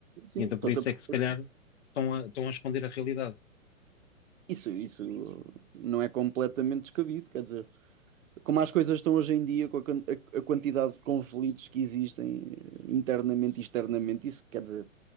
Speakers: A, on the right; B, on the left.
A: Sim,
B: E então
A: estou-te
B: por isso
A: a perceber.
B: é que se calhar estão a, estão a esconder a realidade.
A: Isso, isso não é completamente descabido, quer dizer, como as coisas estão hoje em dia, com a, quan- a- a quantidade de conflitos que existem eh, internamente e externamente, isso quer dizer,